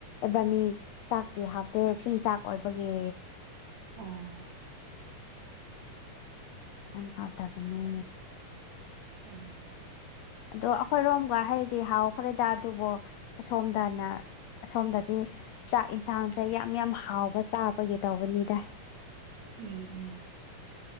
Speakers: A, on the left; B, on the right.
A: ꯏꯕꯥꯅꯤ ꯆꯥꯛꯇꯤ ꯍꯥꯎꯇꯦ ꯆꯤꯡ ꯆꯥꯛ ꯑꯣꯏꯕꯒꯤ
B: ꯑꯣ
A: ꯌꯥꯝ ꯍꯥꯎꯇꯕꯅꯦ
B: ꯑꯨꯝ
A: ꯑꯗꯣ ꯑꯩꯈꯣꯏꯔꯣꯝꯒ ꯍꯥꯏꯔꯗꯤ ꯍꯥꯎꯈ꯭ꯔꯦꯗ ꯑꯗꯨꯕꯨ ꯑꯁꯣꯝꯗꯅ ꯑꯁꯣꯝꯗꯗꯤ ꯆꯥꯛ ꯏꯟꯁꯥꯡꯁꯦ ꯌꯥꯝ ꯌꯥꯝ ꯍꯥꯎꯕ ꯆꯥꯕꯒꯤ ꯇꯧꯕꯅꯤꯗ
B: ꯎꯝ ꯎꯝ